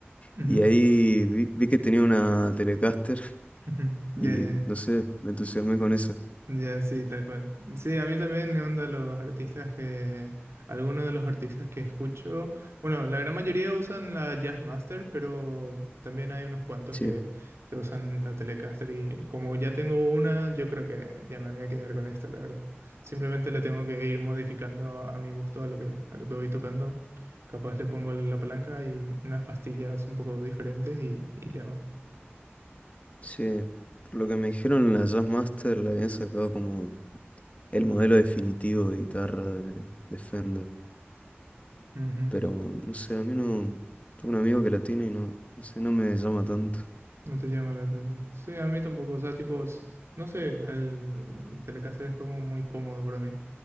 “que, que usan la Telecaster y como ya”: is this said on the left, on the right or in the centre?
Right